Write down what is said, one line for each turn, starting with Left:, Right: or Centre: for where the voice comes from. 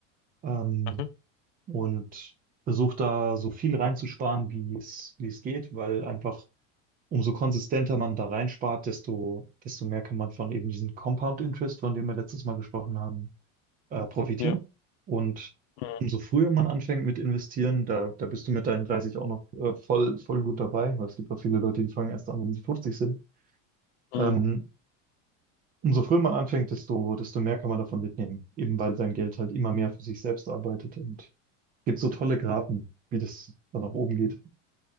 Right: Ähm,
Left: Mhm.
Right: und versuche da so viel reinzusparen, wie es, wie es geht, weil einfach umso konsistenter man da reinspart, desto, desto mehr kann man von eben diesem Compound Interest, von dem wir letztes Mal gesprochen haben, äh, profitieren.
Left: Ja.
Right: Und
Left: Mhm.
Right: umso früher man anfängt mit investieren, da, da bist du mit deinen 30 auch noch äh, voll, voll gut dabei, weil es gibt auch viele Leute, die fangen erst an, wenn sie 50 sind. Ähm,
Left: Mhm.
Right: Umso früher man anfängt, desto, desto mehr kann man davon mitnehmen, eben weil sein Geld halt immer mehr für sich selbst arbeitet und gibt so tolle Graten, wie das dann nach oben geht.